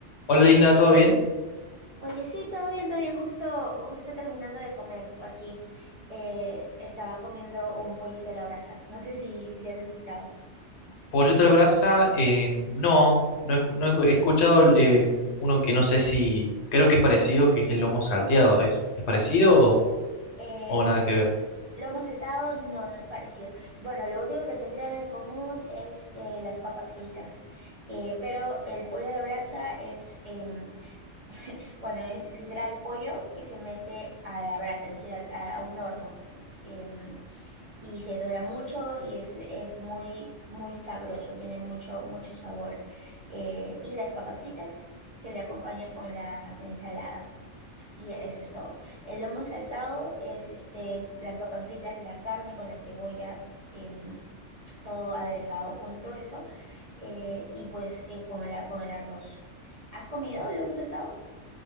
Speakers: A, on the left (about 65°); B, on the right (about 45°).
A: Hola Linda, ¿todo bien?
B: Oye, sí, todo bien, todo bien. Justo, justo terminando de comer aquí. Eh, estaba comiendo un pollito a la brasa. No sé si, si has escuchado.
A: Pollito a la brasa, eh, no, no he, no he cu- he escuchado eh, uno que no sé si, creo que es parecido, que es el lomo salteado, ¿es, es parecido o,
B: Eh,
A: o
B: l-
A: nada que ver?
B: lomo saltado, no, no es parecido. Bueno, lo único que tendrían en común es eh, las papas fritas. Eh, pero el pollo a la brasa es, em, bueno, es literal pollo que se mete a la brasa, es decir, al- a, a un horno. em, y se dora mucho y es, es muy, muy sabroso, tiene mucho, mucho sabor. Eh, y las papas fritas se le acompaña con la ensalada. Y eso es todo. El lomo saltado es este, las papas fritas, la carne con la cebolla, em, todo aderezado junto, eso, eh, y pues eh, con el, a- con el arroz. ¿Has comido lomo saltado?